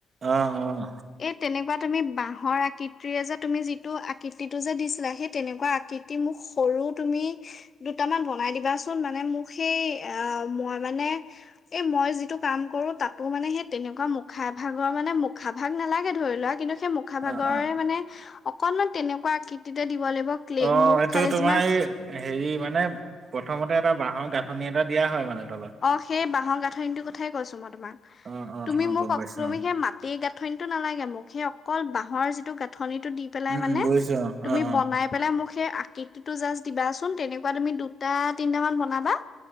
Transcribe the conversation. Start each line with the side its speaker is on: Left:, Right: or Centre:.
Right: অ', অ',
Left: এই তেনেকুৱা তুমি বাঁহৰ আকৃতিৰে যে তুমি যিটো আকৃতিটো যে দিছিলা সেই তেনেকুৱা আকৃতি মোক সৰু আৰু তুমি, দুটামান বনাই দিবাচোন মানে মোক সেই অ' মই মানে এই মই যিটো কাম কৰো তাত তোৰ মানে, সেই তেনেকুৱা মুখা ভাগৰ মানে মুখা ভাগ নালাগে ধৰি লোৱা কিন্তু, সেই মুখা ভাগৰে
Right: অ অ
Left: মানে অকনমান তেনেকুৱা আকৃতিতে দিব লাগিব ক্লে
Right: অ',
Left: মুখ
Right: এইটো
Left: খালি
Right: তোমাৰ
Left: যিমান
Right: এই হেৰি মানে প্ৰথমতে এটা বাঁহৰ গাঁঠনি এটা দিয়া হয় মানে তলত
Left: অ', সেই বাঁহৰ গাঁঠনিটোৰ কথাই কৈছো মই তোমাক
Right: অ অ
Left: তুমি
Right: অ
Left: মোক
Right: গম
Left: অক্ৰমি
Right: পাইছো অ
Left: সেই মাটি গাঁথনিটো নালাগে মোক সেই অকল বাঁহৰ যি টো গাঠনিটো দি পেলাই
Right: উম
Left: মানে,
Right: উম বুজিছো
Left: তুমি
Right: অ অ
Left: বনাই পেলাই মোক সেই আকৃতিটো জাষ্ট দিবাচোন তেনেকুৱা তুমি দুটা তিনটা মান বনাবা